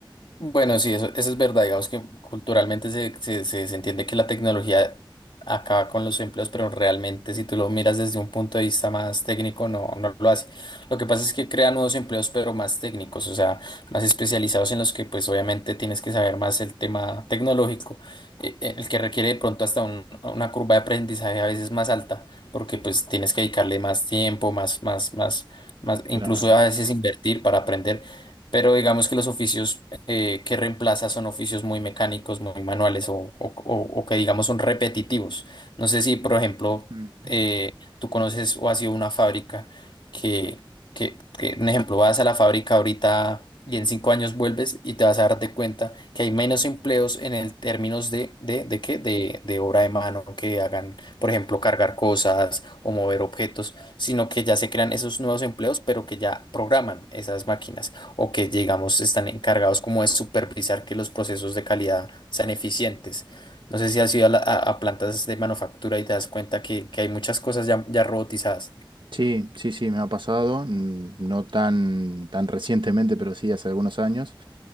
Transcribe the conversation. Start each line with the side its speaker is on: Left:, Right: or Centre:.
Left: Bueno, sí, eso, eso es verdad. Digamos que culturalmente se, se- se- se entiende que la tecnología acaba con los empleos, pero realmente si tú lo miras desde un punto de vista más técnico, no, no lo hace. Lo que pasa es que crea nuevos empleos, pero más técnicos, o sea, más especializados en los que pues obviamente tienes que saber más el tema tecnológico, eh, eh, el que requiere de pronto hasta un- una curva de aprendizaje a veces más alta, porque pues tienes que dedicarle más tiempo, más, más, más, más, incluso
Right: Claro.
Left: a veces invertir para aprender. Pero digamos que los oficios eh, que reemplaza son oficios muy mecánicos, muy manuales o, o- o- o que digamos son repetitivos. No sé si, por ejemplo,
Right: Mm.
Left: eh, tú conoces o has ido a una fábrica que, que, que, un ejemplo, vas a la fábrica ahorita y en cinco años vuelves y te vas a darte cuenta que hay menos empleos en el términos de, de, de qué, de, de obra de mano que hagan, por ejemplo, cargar cosas o mover objetos, sino que ya se crean esos nuevos empleos, pero que ya programan esas máquinas o que, digamos, están encargados como de supervisar que los procesos de calidad sean eficientes. No sé si has ido a, la- a- a plantas de manufactura y te das cuenta que, que hay muchas cosas ya, ya robotizadas.
Right: Sí, sí, sí, me ha pasado, mm, no tan, tan recientemente, pero sí hace algunos años.